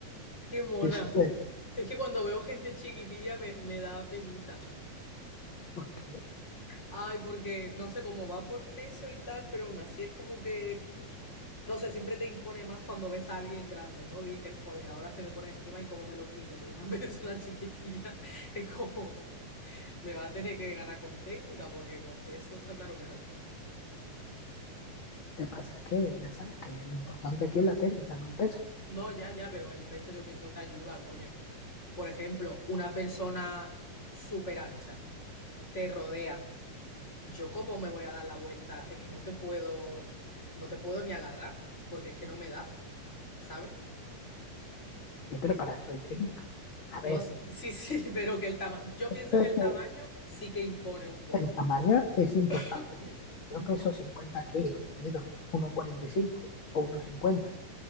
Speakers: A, on the left; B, on the left.
A: qué mona.
B: dice que,
A: Es que cuando veo gente chiquitilla me, me da penita.
B: porque lo
A: Ay, porque no sé cómo va por peso y tal, pero aún así es como que, no sé, siempre te impone más cuando ves a alguien grande, ¿no? Dices, joder, ahora se me pone encima y cómo me lo quito, pero una <laughs> persona chiquitilla es como, me va a tener que ganar con técnica, porque con peso está claro que no.
B: que pasa es que ya sabes que lo importante aquí es la técnica, no el peso.
A: No, ya, ya, pero el peso yo pienso que ayuda, coño. Por ejemplo, una persona súper ancha te rodea yo cómo me voy a dar la vuelta, es que no te puedo, no te puedo ni agarrar, porque es que no me da, ¿sabes?
B: Sí, pero para eso hay técnica. A
A: No,
B: ver,
A: s- sí, sí, <laughs> pero que el tamaño, yo pienso
B: de
A: que
B: hecho,
A: el tamaño sí que impone un poco.
B: el tamaño es importante.
A: <coughs>
B: Yo
A: <clears throat>
B: peso 50 kilos y mido 1,45 o uno cincuenta